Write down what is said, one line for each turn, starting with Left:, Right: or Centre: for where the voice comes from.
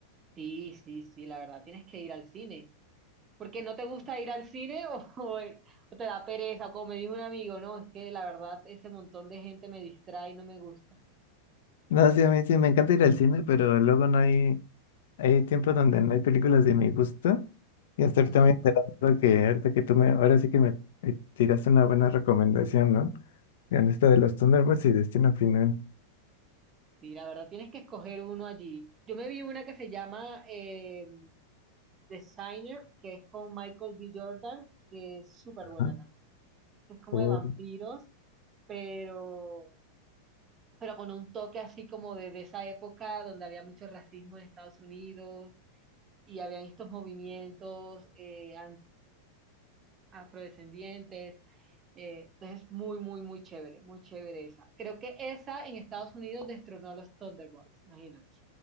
Right: Sí, sí, sí, la verdad, tienes que ir al cine. Porque no te gusta ir al cine <laughs> o, o, o te da pereza, como me dijo un amigo, no, es que la verdad ese montón de gente me distrae y no me gusta.
Left: No, sí, a mí sí me encanta ir al cine, pero luego no hay, hay tiempo donde no hay películas de mi gusto. Y
Right: Ujú.
Left: hasta ahorita me he enterado que ahorita que tú me, ahora sí que me eh, tiraste una buena recomendación, ¿no? En esta de los Thunderbolts y Destino Final.
Right: Sí, la verdad tienes que escoger uno allí. Yo me vi una que se llama eh, Designer, que es con Michael B. Jordan, que es súper buena
Left: Ajá.
Right: también. Es como
Left: Oh,
Right: de vampiros, pero, pero con un toque así como de, de esa época donde había mucho racismo en Estados Unidos y habían estos movimientos eh, anti-afrodescendientes. Eh, entonces, muy, muy, muy chévere, muy chévere esa. Creo que esa en Estados Unidos destronó a los Thunderbolts, imagínate.